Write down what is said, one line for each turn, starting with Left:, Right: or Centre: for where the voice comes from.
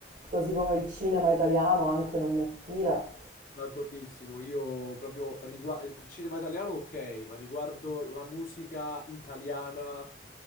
Right: così come il cinema italiano anche non mi attira.
Left: D'accordissimo, io proprio riguardo il cinema italiano, ok, ma riguardo la musica italiana